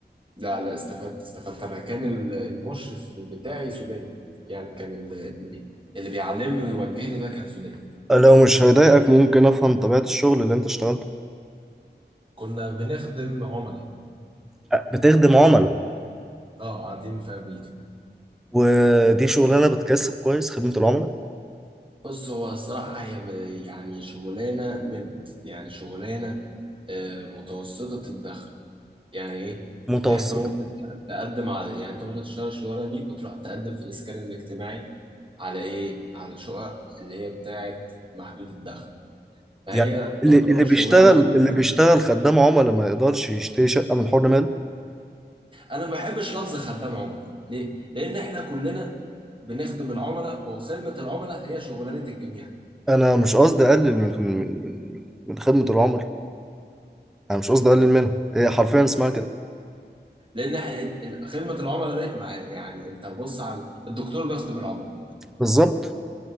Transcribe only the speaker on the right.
لا لا استفدت استفدت أنا كان ال- المشرف بتاعي سوداني يعني كان ال- اللي بي- اللي بيعلمني ويوجهني ده كان سوداني
كنا بنخدم عملاء
اه قاعدين في أمريكا
بص هو الصراحة هي ب- يعني شغلانة مد يعني شغلانة آه، متوسطة الدخل يعني ايه
يعني انت ممكن تقدم على يعني انت ممكن تشتغل الشغلانه دي وتروح تقدم في الاسكان الاجتماعي على ايه على شقق اللي هي بتاعه محدود الدخل فهي
تعتبر
شغلانه محدوده
انا ما بحبش لفظ خدام عملاء ليه لان احنا كلنا بنخدم العملاء وخدمه العملاء هي شغلانه الجميع
لان احنا ال- خدمه العملاء دي مع- يعني انت بص على الدكتور بيخدم العملاء